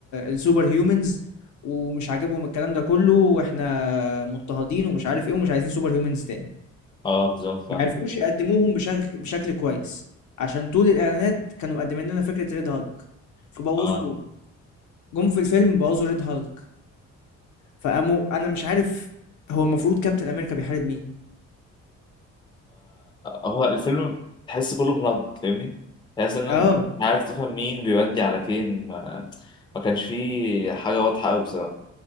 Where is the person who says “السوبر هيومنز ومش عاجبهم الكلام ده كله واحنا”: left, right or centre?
Left